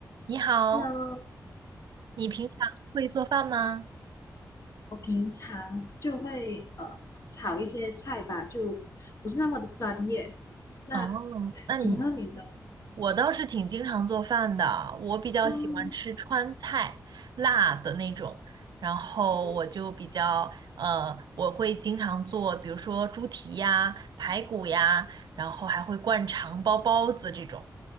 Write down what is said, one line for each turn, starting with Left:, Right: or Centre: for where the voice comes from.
Right: 你好，
Left: Hello，Hello，
Right: 你平常会做饭吗？
Left: 我平常就会呃炒一些菜吧，就不是那么的专业。那
Right: 哦，那你，
Left: 你呢？你的
Right: 我倒是挺经常做饭的，我比较喜欢吃川菜，
Left: 嗯，
Right: 辣的那种，然后我就比较，
Left: 哦
Right: 呃，我会经常做，比如说猪蹄呀、排骨呀，然后还会灌肠、包包子这种，